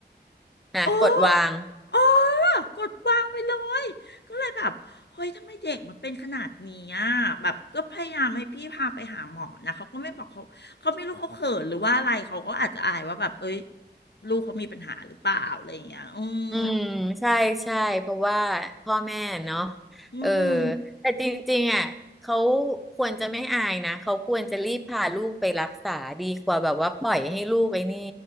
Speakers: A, in the centre; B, on the left.
A: อ่ะกดวาง
B: โอ้โอ้กดวางไปเลยก็เลยแบบเฮ้ยทำไมเด็กมันเป็นขนาดนี้อ่ะแบบก็พยายามให้พี่พาไปหาหมอนะเขาก็ไม่บอกเขาเขาไม่รู้เขาเขินหรือว่าอะไรเขาก็อาจจะอายว่าแบบเอ้ยลูกเขามีปัญหาหรือเปล่าอะไรอย่างเงี้ยอืม
A: อืมใช่ใช่เพราะว่าพ่อแม่เนาะ
B: อืม
A: เออแต่จริงๆอ่ะเขาควรจะไม่อายนะเขาควรจะรีบพาลูกไปรักษาดีกว่าแบบว่าปล่อยให้ลูกไอ้นี่